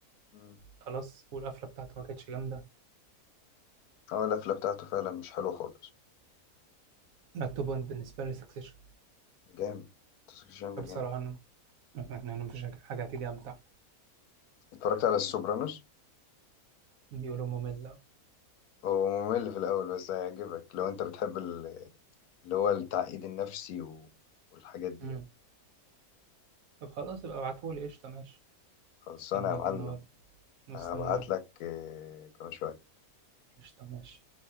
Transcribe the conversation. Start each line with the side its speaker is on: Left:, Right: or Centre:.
Left: مم.
Right: خلاص والقفله بتاعته ما كانتش جامده
Left: اه القفلة بتاعته فعلا مش حلوة خالص
Right: لا توبان بالنسبه لي سكسيشن
Left: جامد تسكشن ده
Right: بصراحه
Left: جامد
Right: انا انا أنا مفيش حاجه حاجة هتيجي امتع
Left: اتفرجت على السوبرانوس
Right: بيقولوا ممل أوي.
Left: هو ممل في الأول بس هيعجبك لو أنت بتحب ال- اللي هو التعقيد النفسي و- والحاجات دي
Right: امم
Left: يعني
Right: طب خلاص يبقى ابعتهولي قشطه ماشي
Left: خلصانة
Right: استناك
Left: يا معلم
Right: النهارده مستناك
Left: هبعت لك آه، كمان شوية
Right: قشطه ماشي